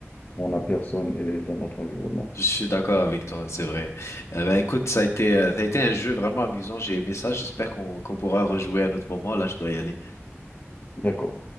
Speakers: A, on the left; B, on the left.
A: quand on n'a personne eh, dans notre environnement.
B: Je suis d'accord avec toi, c'est vrai. Euh, ben, écoute, ça a été, euh, ça a été un jeu vraiment amusant, j'ai aimé ça. J'espère qu'on qu'on pourra rejouer à un autre moment. Là, je dois y aller.
A: D'accord.